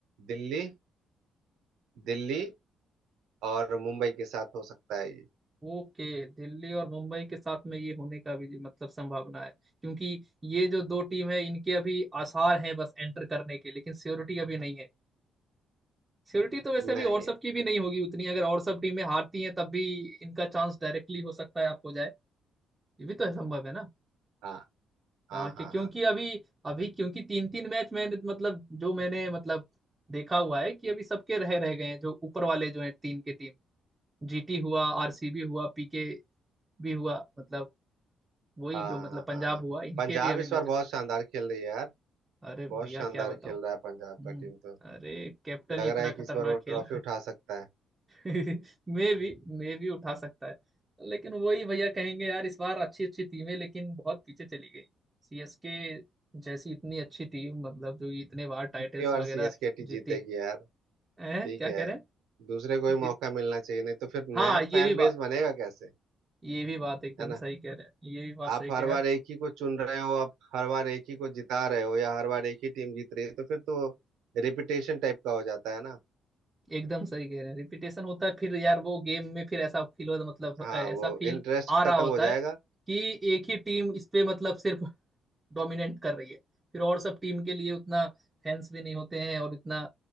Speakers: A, on the right (about 85°); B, on the right (about 20°).
A: दिल्ली दिल्ली और मुंबई के साथ हो सकता है ये
B: ओके दिल्ली और मुंबई के साथ में ये होने का भी मतलब संभावना है क्योंकि ये जो दो टीम है इनके अभी आसार हैं बस एंटर करने के लेकिन श्योरिटी अभी नहीं है श्योरिटी तो वैसे
A: नहीं
B: भी और सब
A: है
B: की भी नहीं होगी उतनी अगर और सब टीमें हारती हैं तब भी इनका चांस डायरेक्टली हो सकता है आपको जाए ये भी तो संभव है ना
A: हाँ हाँ
B: हाँ क्यों-
A: हाँ
B: क्योंकि
A: हाँ
B: अभी अभी क्योंकि तीन तीन मैच मैंने मतलब जो मैंने मतलब देखा हुआ है कि अभी सबके रह रह गए हैं जो ऊपर वाले जो हैं तीन के टीम जीटी हुआ आरसीबी हुआ पीके भी हुआ मतलब वही
A: हाँ
B: जो मतलब पंजाब
A: हाँ
B: हुआ इनके
A: पंजाब
B: भी अभी
A: इस
B: मैचेस
A: बार बहुत शानदार खेल रही है यार
B: अरे भैया
A: बहुत शानदार
B: क्या बताऊं
A: खेल रहा है पंजाब
B: हम्म,
A: का टीम तो
B: अरे कैप्टन
A: लग
B: ही इतना
A: रहा है
B: खतरनाक
A: कि इस बार वो ट्रॉफी
B: खेल
A: उठा सकता है
B: <laughs> मे भी मे भी उठा सकता है लेकिन वही भैया कहेंगे यार इस बार अच्छी अच्छी टीमें लेकिन बहुत पीछे चली गई सीएसके जैसी इतनी अच्छी टीम मतलब जो इतने बार टाइटल्स
A: कितनी बार
B: वगैरह
A: सीएसके टी जीतेगी
B: जीती
A: यार
B: है हैं?
A: ठीक
B: क्या
A: है
B: कह रहे हैं
A: दूसरे को ही
B: जीत
A: मौका मिलना चाहिए नहीं तो फिर
B: हाँ
A: नया
B: ये
A: फैन
B: भी
A: बेस
B: बात
A: बनेगा कैसे
B: ये भी बात एकदम
A: है ना
B: सही कह रहे हैं ये भी बात
A: आप
B: सही कह
A: हर
B: रहे
A: बार
B: हैं
A: एक ही को चुन रहे हो आप हर बार एक ही को जिता रहे हो या हर बार एक ही टीम जीत रही है तो फिर तो रिपीटेशन टाइप का हो जाता है ना
B: एकदम सही कह रहे हैं रिपीटेशन होता है फिर यार वो गेम में फिर ऐसा फील हो मतलब
A: हाँ
B: ऐसा
A: वो
B: फील
A: इंटरेस्ट
B: आ रहा
A: खत्म
B: होता
A: हो जाएगा
B: है कि एक ही टीम इस पे मतलब सिर्फ डोमिनेट कर रही है फिर और सब टीम के लिए उतना फैंस भी नहीं होते हैं और इतना